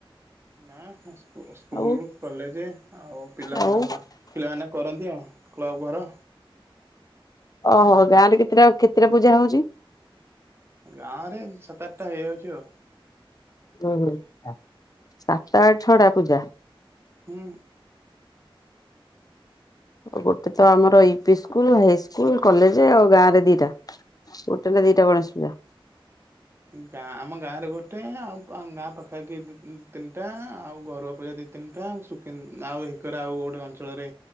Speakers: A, on the right; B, on the left.
A: ନା ହଁ ସ୍କୁ ସ୍କୁୂଲ।
B: ଆଉ
A: କଲେଜେ ଆଉ ପିଲାମାନଙ୍କର
B: ଆଉ
A: ପିଲାମାନେ କରନ୍ତି ଆଉ କ୍ଲବ ଘର
B: ଓହୋ ଗାଁ ରେ କେତେଟା କେତେଟା ପୂଜା ହଉଛି?
A: ଗାଁ ରେ ସାତ ଆଠଟା ହେଇଯାଉଛି ଆଉ।
B: ହ ହ ସାତ ଆଠ ଛଅ ଟା ପୂଜା
A: ହୁଁ
B: ଆଉ ଗୋଟେ ତ ଆମର ୟୁପି ସ୍କୁଲ, ହାଇସ୍କୁଲ, କଲେଜ ଆଉ ଗାଁ ରେ ଦିଟା। ଗୋଟେ ନା ଦିଟା ଗଣେଶ ପୂଜା?
A: ଗାଁ ଆମ ଗାଁ ରେ ଗୋଟେ ଆଉ ଗାଁ ପାଖାପାଖି ତିନିଟା ଆଉ ଘରୁଆ ପୂଜା ଦି ତି ତିନିଟା ସୁକିନ ଆଉ ହେକରେ ଆଉ ଗୋଟେ ଅଞ୍ଚଳରେ